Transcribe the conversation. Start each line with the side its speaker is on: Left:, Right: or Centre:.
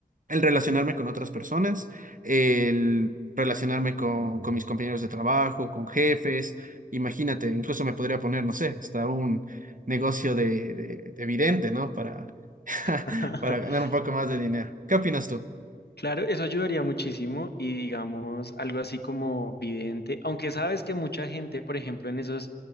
Right: el relacionarme con otras personas, el relacionarme con, con mis compañeros de trabajo, con jefes. Imagínate, incluso me podría poner, no sé, hasta un negocio de, de, de vidente, ¿no? Para, <laughs>
Left: <laughs>
Right: para ganar un poco más de dinero. ¿Qué opinas tú?
Left: Claro, eso ayudaría muchísimo y digamos algo así como vidente, aunque sabes que mucha gente, por ejemplo, en esos,